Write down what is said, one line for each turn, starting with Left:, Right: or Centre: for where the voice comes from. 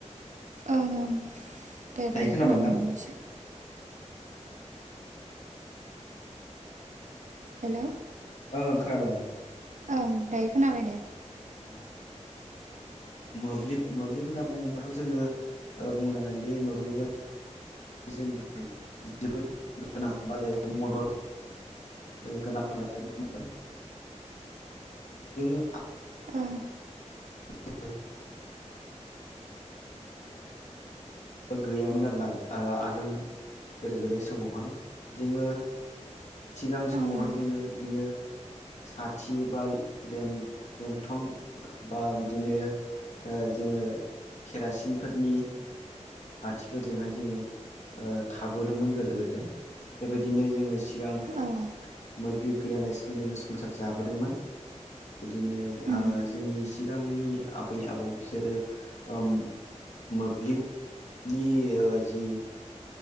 Right: ओं ओं दे दायो
Left: खोनाबाय
Right: खोनाबायमोन
Left: नोंथां
Right: एसे हेलौ
Left: ओं खोनादों नोंथां
Right: ओं दायो खोनाबाय दे।
Left: औ मोब्लिब मोब्लिब होनना बुङोबाथ' जोङो बुंनांगोनदि मोब्लिबा जोंनि थाखाय जोबोद गोनां एबा मदद <inaudible> जोङो
Right: ओं
Left: <unintelligible> गैयामोन आरोना आगोल गोदो गोदाय समावहाय जोङो सिगां समावहाय
Right: ओं ओं
Left: जोङो बिदिनो साथि बा लेम लेंथन बा बिदिनो ओ जोङो केरासिनफोरनि बाथिफोरजोंहाय जोङो थाबोदोंमोन गोदो गोदाय बेबायदिनो जोङो सिगां
Right: औ
Left: मोब्लिब गैयालासिनो जोङो संसार जाबोदोंमोन बिदिनो
Right: उम
Left: जोंनि सिगांनि आबै आबौ बिसोरो ओ मोब्लिब नि ओ जि